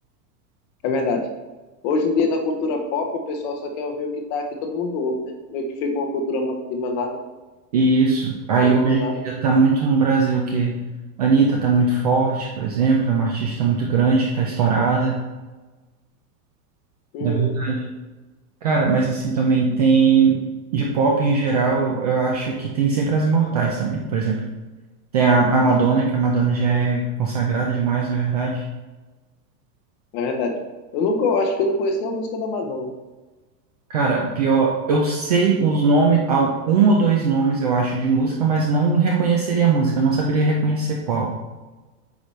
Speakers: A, on the left; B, on the right.
A: É verdade. Hoje em dia, na cultura pop, o pessoal só quer ouvir o que tá, que todo mundo ouve, né? Meio que fica uma cultura ma- de manada,
B: E isso, aí
A: feito
B: hoje
A: manada.
B: em dia tá muito no Brasil que a Anitta tá muito forte, por exemplo, é uma artista muito grande que tá estourada,
A: Uhum,
B: na verdade. Cara, mas assim também tem de pop em geral, eu acho que tem sempre as imortais também, por exemplo. Tem a, a Madonna, que a Madonna já é consagrada demais, na verdade.
A: é verdade. Eu nunca, eu acho que eu não conheço nenhuma música da Madonna.
B: Cara, pior, eu sei os nomes, há um ou dois nomes, eu acho, de música, mas não reconheceria a música, não saberia reconhecer qual.